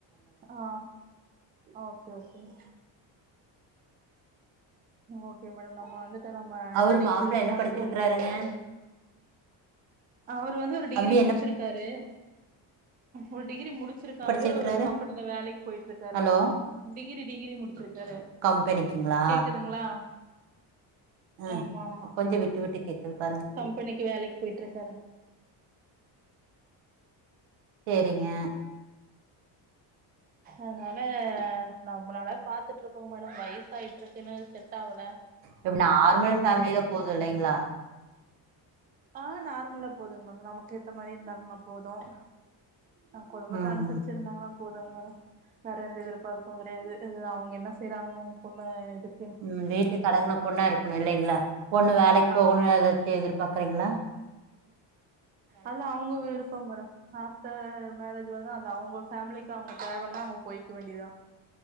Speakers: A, on the right; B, on the right.
A: ஆ ஓகே ஓகேங்க ஓகே மேடம் நம்ம வந்துட்டு நம்ம
B: அவரு
A: என்ன டீட்டெயல்ஸ்ம்
B: மாப்ள என்ன படிச்சிருக்கறாருங்க
A: வந்து உங்களுக்கு அனுப்பறேன் அவரு வந்து ஒரு டிகிரி
B: தம்பி
A: முடிச்சிருக்காரு
B: என்ன
A: ஒரு டிகிரி முடிச் ச்சிருக்காரு
B: படிச்சிருக்கறாரு
A: ஒரு கம்பெனில வேலைக்கு போயிட்டு இருக்காறே
B: ஹலோ
A: டிகிரி டிகிரி முடிச்சிருக்காரு
B: கம்பெனிக்குங்களா
A: கேக்குதுங்களா
B: ஆ
A: ஆமா ஆமா
B: கொஞ்சோ விட்டு விட்டு கேக்குதுப்பா
A: கம்பெனிக்கு வேலைக்கு போயிட்டு இருக்காரு
B: சேரிங்க
A: அதனால நொம்ப நாளா பாத்துட்டுருக்கோங்க மேடம் வயிசாகிட்டுருக்கு இன்னு எதும் செட் ஆகல
B: இப்ப நார்மல் ஃபேமில போதும் இல்லைங்களா
A: ஆ நார்மலா போதுங்க மேம் நமக்கு ஏத்த மாறி இருந்தாங்கன்னா போதும் ஆ குடும்பத்த
B: ம்
A: அனுசரிச்சு இருந்தாங்கனா போதுங்க மேடம் வேற எந்த எதிர்பார்ப்பும் கிடையாது அவங்க என்ன செய்யறாங்க அவங்க பொண்ணு இதுக்
B: ம் வீட்டுக்கு அடங்கன பொண்ணா இருக்கணும் இல்லைங்களா பொண்ணு வேலைக்கு போகணும்
A: ஆமா
B: ஏதாச்சு
A: ஆமா
B: எதிர் பாக்குறீங்களா
A: அது அவங்க விருப்பம் மேடம் க்த மேரேஜ் வந்து அது அவங்க ஃபேமிலிக்கு அவங்க தேவனா அவங்க போய்க்க வேண்டியதான்